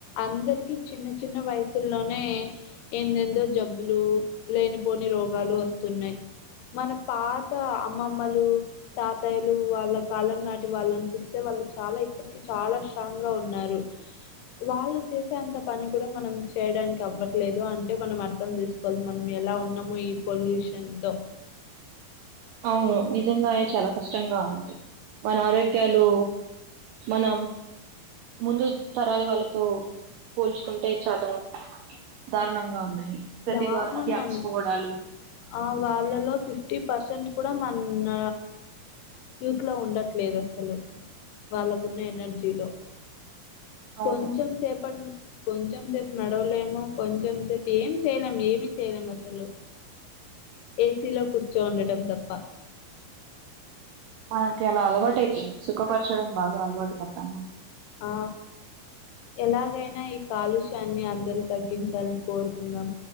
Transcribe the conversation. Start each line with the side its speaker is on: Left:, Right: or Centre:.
Left: అందరికి చిన్న చిన్న వయసుల్లోనే ఎందెందో జబ్బులు లేనిపోని రోగాలు వస్తున్నాయి మన పాత అమ్మమ్మలు తాతాయ్యలు వాళ్ళ కాలం నాటి వాళ్ళని చూస్తే వాళ్ళు చాలా ఇప్పటికి చాలా స్ట్రాంగ్ గా ఉన్నారు వాళ్ళు చేసేంత పని కూడా మనం చేయడానికి అవ్వట్లేదు అంటే మనం అర్థం చేసుకోవాలి మనం ఎలా ఉన్నామో ఈ పొల్యూషన్ ఎంతో
Right: అవును నిజంగానే చాలా కష్టంగా ఉంది మన ఆరోగ్యాలు మన ముందు తరాలు వాళ్ళతో పోల్చుకుంటే చాలా దారుణంగా ఉన్నాయి ప్రతి
Left: దారుణంగా
Right: వారికి అలసిపోవడాలు
Left: ఉన్నాయి ఆ వాళ్ళలో ఫిఫ్టీ పర్సెంట్ కూడా మన యూత్లో ఉండట్లేదు అసలు వాళ్ళకున్న ఎనర్జీలో
Right: అవును
Left: కొంచం సేప కొంచెం సేపు నడవలేము కొంచెం సేపు ఏం చేయలేం ఏమి చేయలేం అసలు ఏసీలో కూర్చో ఉండటం తప్ప
Right: మనకి అలా అలవాటు అవుంది సుఖపరచడం బాగా అలవాటు పడ్డామా
Left: ఆ ఎలాగైనా ఈ కాలుష్యాన్ని అందరూ తగ్గించాలని కోరుకుందాం